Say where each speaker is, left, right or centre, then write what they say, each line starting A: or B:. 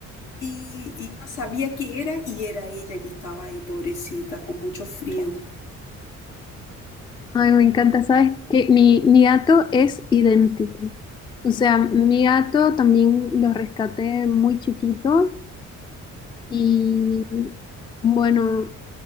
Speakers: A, on the left (about 85°); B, on the left (about 15°).
A: y, y no sabía qué era y era ella que estaba ahí, pobrecita, con mucho frío.
B: Ay, me encanta, ¿sabes? Que mi, mi gato es idéntico. O sea, mi gato también lo rescaté muy chiquito y bueno,